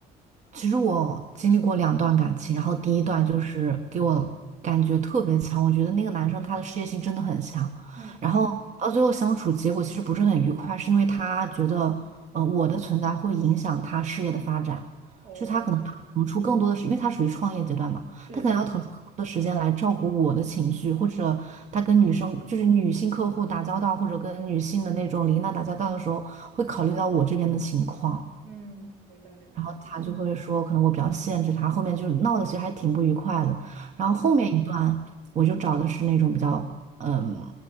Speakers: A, on the right; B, on the right.
A: 其实我经历过两段感情，然后第一段就是给我感觉特别强，
B: 嗯
A: 我觉得那个男生他的事业心真的很强，
B: 嗯，
A: 然后到最后相处结果其实不是很愉快，是因为他觉得呃我的存在会影响他事业的发展，
B: 哦，
A: 就是他可能要腾出更多的时，因为他属于创业阶段嘛，
B: 对对，
A: 他可能要腾出更多的时间来照顾我的情绪，或者他跟女生就是女性客户打交道，或者跟女性的那种领导打交道的时候，会考虑到我这边的情况。
B: 嗯，明白明白，
A: 然后他就会说，
B: 嗯
A: 可能我比较限制他，后面就是闹的其实还挺不愉快的。
B: 哦。
A: 然后后面一段，我就找的是那种比较，嗯，